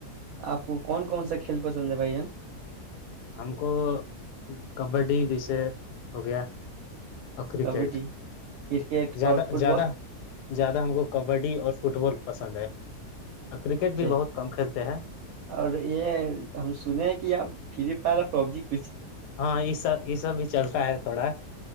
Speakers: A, on the right; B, on the left.
A: آپ کو کون کون سا کھیل پسند ہے بھائی جان
B: ہم کو کبڈی جیسے ہو گیا اور کرکٹ
A: کبڈی کرکٹ
B: زیادہ
A: اور فٹ
B: زیادہ
A: بال
B: زیادہ ہم کو کبڈی اور فٹ بال پسند ہے اور کرکٹ
A: چل
B: بھی بہت کم کھیلتے ہیں
A: اور یہ ہم سنے کہ اب فلپ فائرف پربجک
B: ہاں یہ سب یہ سب چلتا ہے تھوڑا